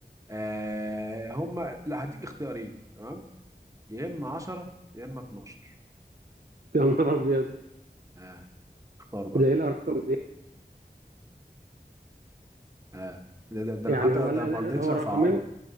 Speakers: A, on the right (about 20°); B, on the right (about 60°).
A: آه هما لا هديك اختيارين تمام يا اما 10 يا اما 12
B: يا نهار ابيض
A: اه اختار بقى
B: ده ايه الارقام دي
A: اه ده ده, ده
B: يعني
A: أنا حتى
B: هو
A: ده
B: ال- ال-
A: ما رضيتش
B: هو
A: اصعبها
B: الرقمين